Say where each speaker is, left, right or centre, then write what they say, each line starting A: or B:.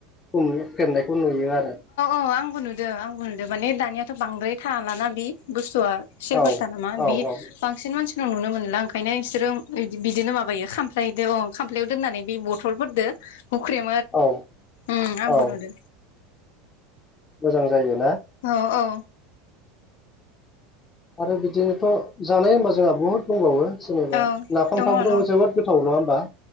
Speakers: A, on the left; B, on the left.
A: समै होख्रेमनायखौ नुयो आरो।
B: अ आंबो नुदो आंबो नुदो माने दानियाथ' बांद्राय थलााना बे बुस्थु। थुआ सिलपाता
A: औ
B: नामा
A: औ
B: बे
A: औ
B: बांसिन मानसिनाव नुनो मोन ना ओंखायनो इसोरजों बिदिनो माबायो खाम्लायजों खाम्फायाव दोननानै बे बथलफोरजों हुखेब
A: औ
B: ओं आंबो
A: औ
B: नु'दो।
A: मोजां जायो।
B: अ औ।
A: आरो बिदिनोथ' जानाय होनबा जोंहा बुहुद दंबावो। जेनेबा
B: औ
A: नाफामफ्राबोथ'
B: दङ दं
A: जोबोद गोथाव नङा होमबा।